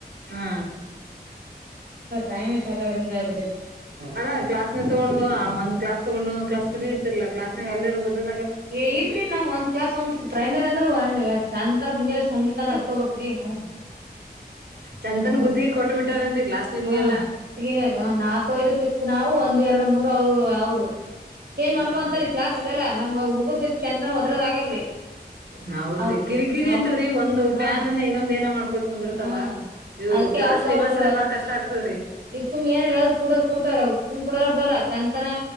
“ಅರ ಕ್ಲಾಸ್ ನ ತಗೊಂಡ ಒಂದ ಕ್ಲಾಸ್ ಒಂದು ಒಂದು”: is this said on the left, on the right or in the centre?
Right